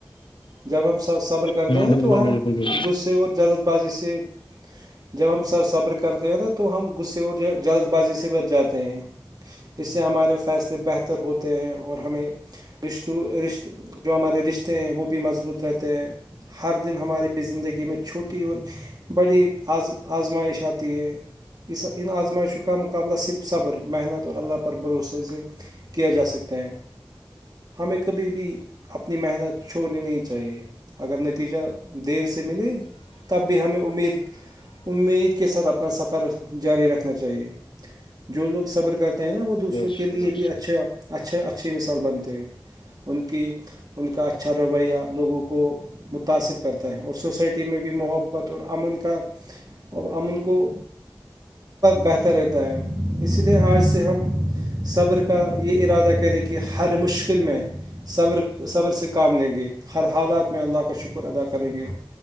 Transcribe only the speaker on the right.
جب ہم صبر کرتے
ہیں تو
ہم
غصے اور جلت بازی سے جب ہم صبر کرتے ہیں نا تو ہم غصے اور جلد بازی سے بچ جاتے ہیں اس سے ہمارے فیصلے بہتر ہوتے ہیں اور ہمیں رشتوں رشت جو ہمارے رشتے ہیں وہ بھی مضبوط رہتے ہیں ہر دن ہماری زندگی میں چھوٹی اور بڑی آزم آزمائش آتی ہے اس ا ان ازماءش کا مقابلہ صرف صبر محنت اور اللہ پر بھروہ سے کیا جا سکتا ہے ہمیں کبھی بھی اپنی محنت چھوڑنی نہیں چاہیے اگر نتیجہ دیر سے ملے تب بھی ہمیں امید امید کے ساتھ اپنا سفر جاری رکھنا چاہیے جو لوگ صبر کرتے ہیں نا وہ دوسروں
کے لئے
بھی اچھے اچھے اچھی مثال بنتے ہیں ان کی ان کا اچھا رویہ لوگوں کو متاثر کرتا ہے اور سوسائٹی میں بھی محبت بطور امن کا امن کو بہتر رہتا ہے اسی لیے آج سے ہم صبر کا یہ ارادہ کرے کہ ہر مشکل میں صبر صبر سے کام لیں گے ہر حالات میں اللہ کا شکر ادا کریں گے